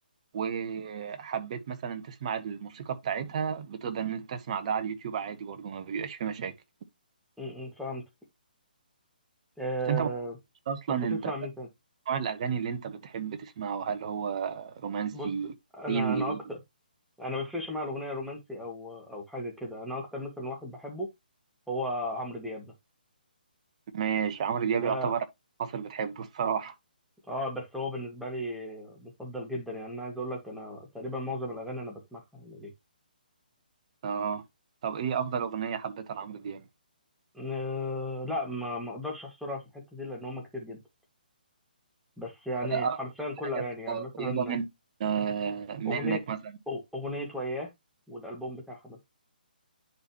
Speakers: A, on the right; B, in the centre.
A: وحبيت مثلا تسمع الموسيقى بتاعتها بتقدر ان انت تسمع ده على اليوتيوب عادي برضو ما بيبقاش فيه مشاكل
B: م- م، فهمت آه
A: بس انت ما تعرفش اصلا
B: طب بتسمع
A: انت
B: مين تاني
A: نوع الاغاني اللي انت بتحب تسمعه هل هو رومانسي
B: بص انا
A: قديم جديد
B: انا اكتر انا ما بيفرقش معايا الاغنيه رومانسي او او حاجه كده انا اكتر مثلا واحد بحبه هو عمرو دياب ده
A: ماشي عمرو دياب
B: ده
A: يعتبر مصر بتحبه الصراحة
B: اه بس هو بالنسبه لي مفضل جدا يعني انا عايز اقول لك انا تقريبا معظم الاغاني انا بسمعها يعني ليه
A: اه طب ايه افضل اغنيه حبيتها لعمرو دياب
B: آه لا ما ما اقدرش احصرها في الحته دي لان هم كتير جدا بس يعني
A: آه،
B: حرفيا
A: اكتر حاجه
B: كل اغاني يعني
A: قريبه
B: مثلا
A: من آه منك
B: اغنيه
A: مثلا
B: اغنيه وياه والالبوم بتاعها مثلا